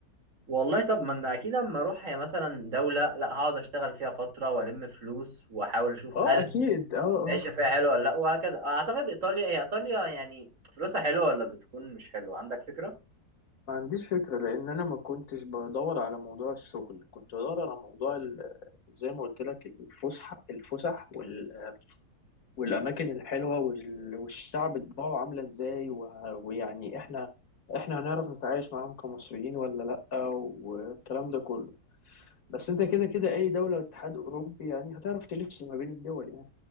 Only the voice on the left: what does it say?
اه
اكيد اه اه
ما عنديش فكرة لأن أنا ما كنتش بدور على موضوع الشغل كنت بدور على موضوع ال- زي ما قلت لك الفسح الفسح وال... والأماكن الحلوة وال... والشعب طباعه عاملة إزاي و... ويعني إحنا إحنا هنعرف نتعايش معاهم كمصريين ولا لأ والكلام ده كله بس أنت كده كده أي دولة اتحاد أوروبي يعني هتعرف تلف ما بين الدول يعني